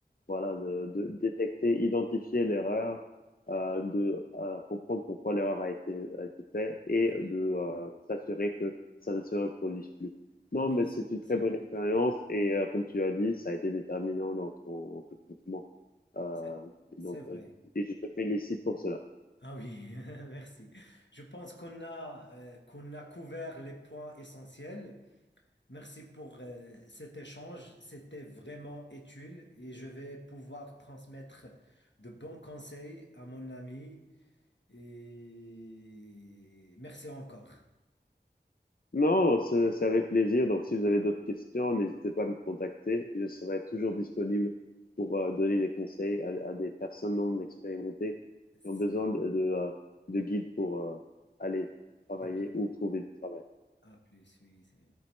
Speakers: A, on the left (about 55°); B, on the left (about 80°).
A: voilà, de, de détecter, identifier l'erreur, euh, de euh, comprendre pourquoi l'erreur a été, a été faite et
B: Ouais,
A: de
B: c'est-
A: euh, s'assurer que ça ne se reproduise plus. Non,
B: Oui,
A: mais c'est
B: c'est
A: une très
B: c'est
A: bonne
B: vrai.
A: expérience et euh, comme tu as dit, ça a été déterminant dans ton recrutement. Euh,
B: C'est c'est
A: donc,
B: vrai.
A: euh, et je te félicite pour cela.
B: Ah oui, <laughs> merci. Je pense qu'on a, euh, qu'on a couvert les points essentiels. Merci pour euh, cet échange. C'était vraiment utile et je vais pouvoir transmettre de bons conseils à mon ami. Et merci encore.
A: Non, c'est c'est avec plaisir. Donc, si vous avez d'autres questions, n'hésitez pas à me contacter. Je serai toujours disponible pour euh, donner des conseils à, à des personnes non expérimentées
B: C'est
A: qui ont besoin de, de, euh, de guides pour euh, aller travailler
B: c'est bien.
A: ou trouver du travail.
B: À plus, oui. c'est-